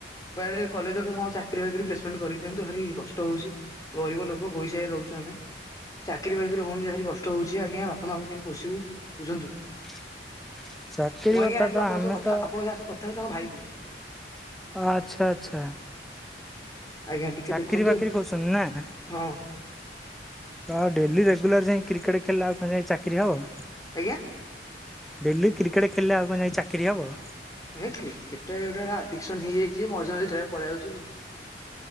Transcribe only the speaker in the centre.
<inaudible>
କଥା
ତ
ଆମେ
ତ
ଆଚ୍ଛା ଆଚ୍ଛା।
ଚାକିରୀ
ବାକିରି କରୁଛନ୍ତି ନା?
ତ ଡେଲି ରେଗୁଲାର ଯାଇ କ୍ରିକେଟ ଖେଳିଲେ ଆଉ କଣ ଯାଇ ଚାକିରି ହବ?
ଡେଲି କ୍ରିକେଟ ଖେିଲିଲେ ଆଉ କଣ ଯାଇ ଚାକିରି ହେବ?